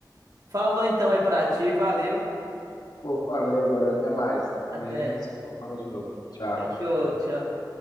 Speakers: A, on the right; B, on the left.
A: Falou então aí pra ti, valeu.
B: Pô, valeu, valeu. Até mais. Amanhã
A: Até.
B: a gente fala de novo. Tchau.
A: Fechou, tchau.